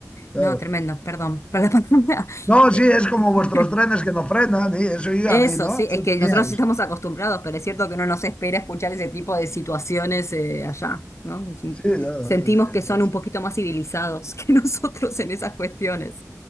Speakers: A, on the left; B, on the left.
A: claro.
B: No, tremendo, perdón, <laughs> para la palabra.
A: No,
B: Eh,
A: sí, es como
B: <laughs>
A: vuestros trenes que no frenan, y eso yo
B: Eso
A: ya vi, ¿no?
B: sí,
A: Eso
B: es que
A: teníais.
B: nosotros sí estamos acostumbrados, pero es cierto que no nos espera escuchar ese tipo de situaciones eh, allá, ¿no? Es un-
A: Sí, no,
B: Sentimos
A: no,
B: que son
A: es-
B: un poquito más civilizados que <laughs> nosotros en esas cuestiones.